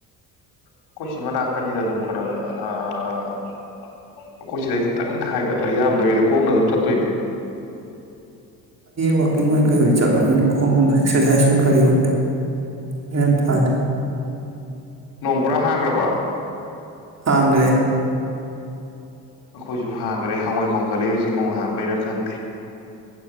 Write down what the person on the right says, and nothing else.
ꯋꯥꯀꯤꯡ ꯀꯩꯣꯏ ꯆꯠꯂꯣꯗꯅ ꯈꯣꯡꯗꯅ ꯑꯦꯛꯁꯔꯁꯥꯏꯁ ꯑꯩ ꯀꯔꯤ ꯋꯥꯦ ꯍꯟꯅ ꯐꯗꯦ
ꯍ꯭ꯔꯦ